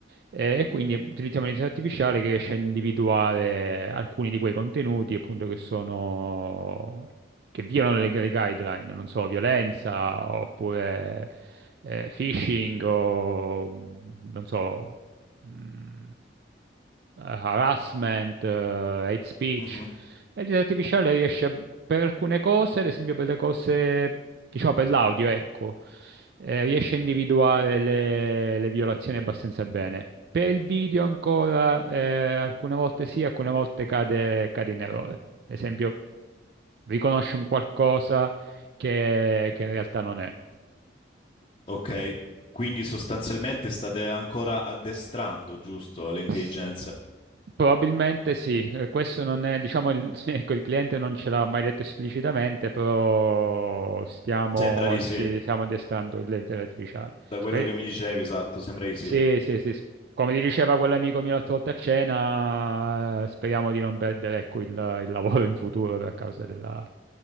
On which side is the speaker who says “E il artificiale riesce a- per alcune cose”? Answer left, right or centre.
Right